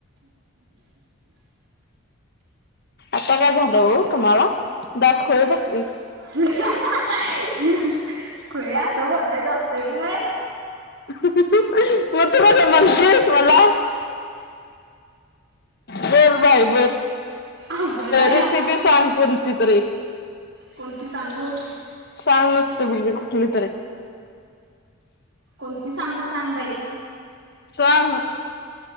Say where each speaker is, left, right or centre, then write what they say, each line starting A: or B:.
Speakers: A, on the left; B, on the right.
A: आता काय झालं हो तुम्हाला? दातखिळी बस
B: <unintelligible> खुळे असं बोलायचं असतंय मग.
A: <unintelligible> मग तू कशाला म्हणशील. मला. बोल बाई बोल.
B: अवघड आहे
A: रेसिपी
B: हा.
A: सांग कोणती.
B: कोणती
A: <inaudible>
B: सांगू?
A: सांग नुसत बाई ग कुठलीतरी.
B: कोणती सांगू? सांग, बाई.
A: सांग.